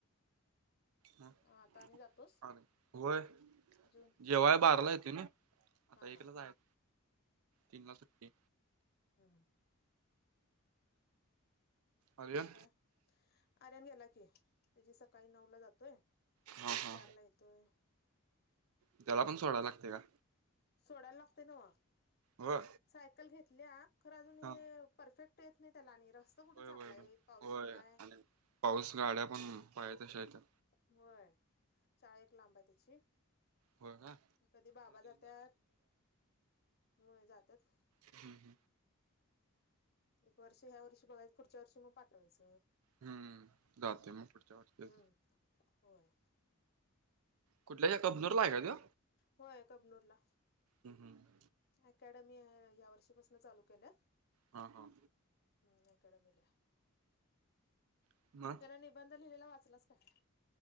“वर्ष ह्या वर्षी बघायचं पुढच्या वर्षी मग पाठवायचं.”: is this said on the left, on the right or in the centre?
Left